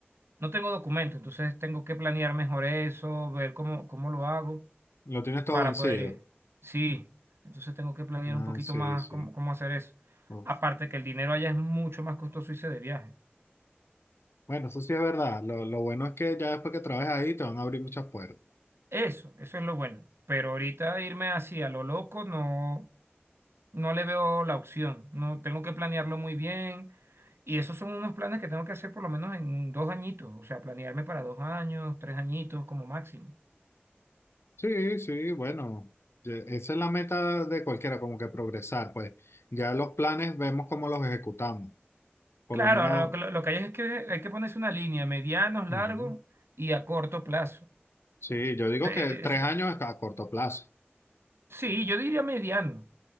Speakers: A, on the right; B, on the left.
A: no tengo documento. Entonces tengo que planear mejor eso, ver cómo, cómo lo hago.
B: Lo tienes todo
A: para
B: vencido.
A: poder ir. Sí, entonces tengo que planear
B: Ah,
A: un poquito
B: sí,
A: más
B: sí.
A: cómo, cómo hacer eso.
B: Ok.
A: Aparte que el dinero allá es mucho más costoso irse de viaje.
B: Bueno, eso sí es verdad. Lo, lo bueno es que ya después que trabajes ahí te van a abrir muchas puertas.
A: Eso, eso es lo bueno. Pero ahorita irme así a lo loco no, no le veo la opción. No, tengo que planearlo muy bien. Y esos son unos planes que tengo que hacer por lo menos en dos añitos. O sea, planearme para dos años, tres añitos como máximo.
B: Sí, sí, bueno. ye- Esa es la meta de cualquiera, como que progresar. Pues ya los planes vemos cómo los ejecutamos. Por
A: Claro,
B: lo menos,
A: ahora lo que, lo que hay es que hay que ponerse una línea, medianos,
B: ujú.
A: largos y a corto plazo.
B: Sí, yo digo
A: Eh,
B: que tres
A: es-
B: años es a corto plazo.
A: sí, yo diría mediano.